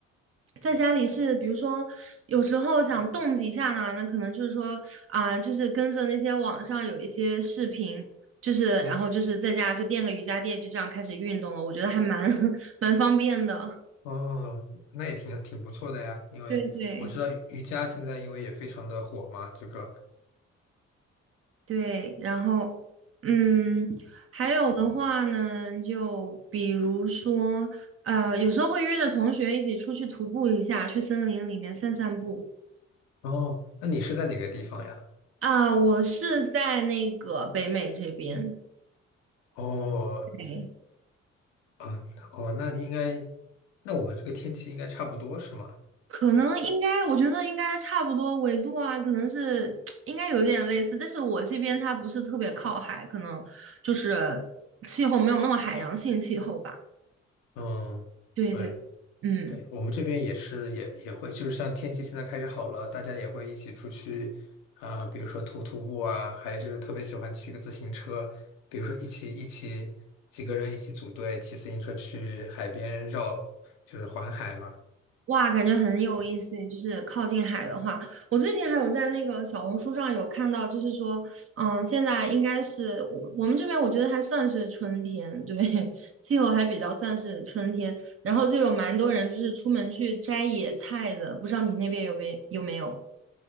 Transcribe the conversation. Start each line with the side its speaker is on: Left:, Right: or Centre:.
Right: 在家里是，比如说有时候想动几下呢，那可能就是说啊、就是跟着那些网上有一些视频，就是然后就是在家就垫个瑜伽垫，就这样开始运动了。我觉得还蛮 <laughs> 蛮方便的。
Left: 哦，那也挺挺不错的呀，因为我知道瑜伽现在因为也非常的火嘛，
Right: 对对
Left: 这个。
Right: 对，然后嗯，还有的话呢，就比如说呃，有时候会约着同学一起出去徒步一下，去森林里面散散步。
Left: 哦，那你是在哪个地方呀？
Right: 啊、我是在那个北美这边。
Left: 哦，
Right: 对
Left: 嗯，哦，那应该，那我们这个天气应该差不多是吗？
Right: 可能应该，我觉得应该差不多纬度啊，可能是 <tsk> 应该有点类似，但是我这边它不是特别靠海，可能就是气候没有那么海洋性气候吧。
Left: 嗯。
Right: 对对，
Left: 对。
Right: 嗯。
Left: 对，我们这边也是，也也会，就是像天气现在开始好了，大家也会一起出去，啊、比如说徒徒步啊，还有就是特别喜欢骑个自行车，比如说一起一起几个人一起组队骑自行车去海边绕，就是环海嘛。
Right: 哇，感觉很有意思诶，就是靠近海的话，我最近还有在那个小红书上有看到，就是说，嗯，现在应该是我我们这边，我觉得还算是春天，对，<laughs> 气候还比较算是春天，然后就有蛮多人就是出门去摘野菜的，不知道你那边有没有没有？